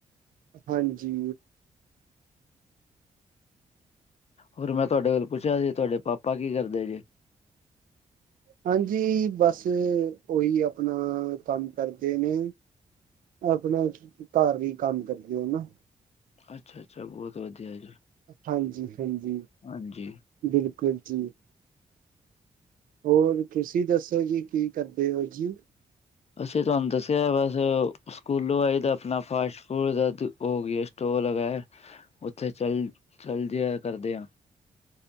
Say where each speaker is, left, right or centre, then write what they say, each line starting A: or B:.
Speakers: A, on the right; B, on the left.
A: ਹਾਂਜੀ।
B: ਹੋਰ, ਮੈਂ ਤੁਹਾਡੇ ਕੋਲ ਪੁੱਛਿਆ ਜੀ, ਤੁਹਾਡੇ ਪਾਪਾ ਕੀ ਕਰਦੇ ਜੀ?
A: ਹਾਂਜੀ ਬਸ ਓਹੀ ਆਪਣਾ ਕੰਮ ਕਰਦੇ ਨੇ ਆਪਣਾ ਘਰ ਹੀ ਕੰਮ ਕਰ ਦਿਓ ਨਾ
B: ਅੱਛਾ ਅੱਛਾ, ਬਹੁਤ ਵਧੀਆ ਜੀ
A: ਹਾਂਜੀ, ਹਾਂਜੀ,
B: ਹਾਂਜੀ
A: ਬਿਲਕੁਲ ਜੀ। ਹੋਰ ਤੁਸੀਂ ਦੱਸੋ ਜੀ ਕੀ ਕਰਦੇ ਹੋ ਜੀ।
B: ਅੱਛਂ, ਤੁਹਾਨੂੰ ਦੱਸਿਆ, ਬਸ ਸਕੂਲੋਂ ਆਈ ਤਾਂ ਆਪਣਾ ਫਾਸਟ ਫੂਡ ਦਾ ਹੋ ਗਿਆ ਸਟੋਲ ਵਗੈ। ਉੱਥੇ, ਚੱਲ ਚੱਲ, ਜਿਆ ਕਰਦੇ ਹ